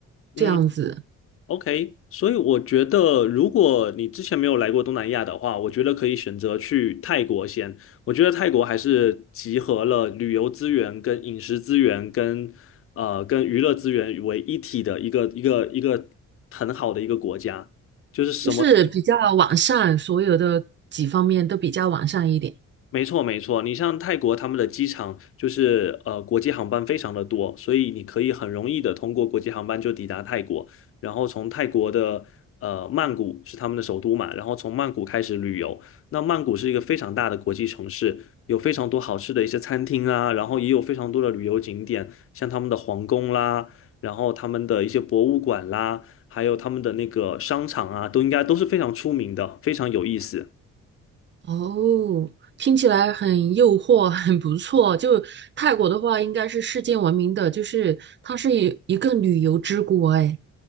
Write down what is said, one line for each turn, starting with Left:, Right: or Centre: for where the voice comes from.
Left: 嗯。
Right: 这样子？
Left: OK，所以我觉得，如果你之前没有来过东南亚的话，我觉得可以选择去泰国先。我觉得泰国还是集合了旅游资源、跟饮食资源、跟呃跟娱乐资源为一体的一个一个一个很好的一个国家，就是什么
Right: 就是比较完善，所有的几方面都比较完善一点。
Left: 没错，没错。你像泰国，他们的机场就是呃，国际航班非常的多，所以你可以很容易的通过国际航班就抵达泰国，然后从泰国的呃曼谷是他们的首都嘛，然后从曼谷开始旅游。那曼谷是一个非常大的国际城市，有非常多好吃的一些餐厅啊，然后也有非常多的旅游景点，像他们的皇宫啦，然后他们的一些博物馆啦，还有他们的那个商场啊，都应该都是非常出名的，非常有意思。
Right: 哦，听起来很诱惑，<laughs> 很不错。就泰国的话，应该是世界闻名的，就是它是一一个旅游之国。哎，